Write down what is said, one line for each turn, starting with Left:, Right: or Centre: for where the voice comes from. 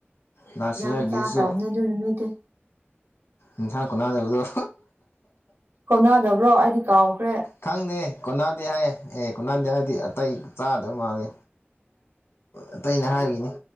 Left: ꯂꯥꯁ
Right: ꯌꯥꯝ
Left: ꯏꯌꯥꯔꯒꯤꯗꯨꯁꯨ
Right: ꯆꯥꯈ꯭ꯔꯝꯅ ꯑꯗꯨꯅ ꯃꯗꯤ
Left: ꯏꯟꯁꯥꯡ ꯀꯣꯟꯅꯥꯗꯕꯗ
Right: ꯀꯣꯟꯅꯥꯗꯕ꯭ꯔꯣ ꯑꯩꯗꯤ ꯀꯥꯎꯈ꯭ꯔꯦ
Left: ꯈꯪꯗꯦ ꯀꯣꯟꯅꯗꯦ ꯍꯥꯏ ꯑꯦ ꯀꯣꯟꯅꯥꯗꯦ ꯍꯥꯏꯔꯗꯤ ꯑꯇꯩ ꯆꯥꯗꯕ ꯃꯥꯜꯂꯦ ꯑꯇꯩꯅ ꯍꯥꯏꯕꯒꯤꯅꯤ